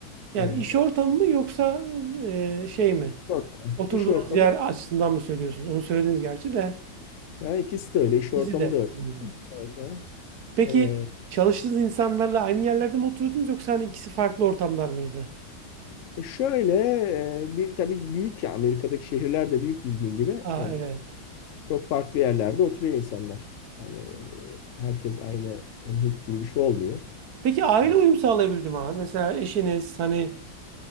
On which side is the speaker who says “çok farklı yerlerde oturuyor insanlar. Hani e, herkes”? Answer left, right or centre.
Left